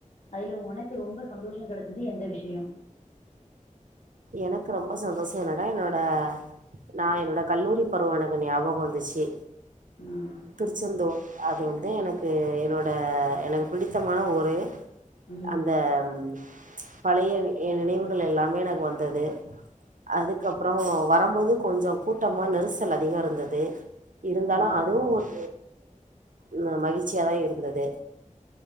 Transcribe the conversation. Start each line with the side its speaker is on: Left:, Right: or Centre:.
Left: அதுல உனக்கு ரொம்ப சந்தோஷ கெடச் இது எந்த விஷ்யம்
Right: எனக்கு ரொம்ப சந்தோஷ என்னடா என்னோட நா என்னோட கல்லூரி பருவோ ஞாபகம் வந்துச்சி
Left: ம்
Right: திருச்செந்தூர் அது வந்து எனக்கு என்னோட எனக்கு பிடித்தமான ஒரு
Left: ம்
Right: அந்தம் பழய ஏ நினைவுகள் எல்லாமே எனக்கு வந்தது அதுக் அப்ரோ வரம்போது கொஞ்ச கூட்டமா நெரிசல் அதிகோ இருந்தது இருந்தாலு
Left: ஆ
Right: அதுவு ஒரு உம் மகிழ்ச்சியாதா இருந்தது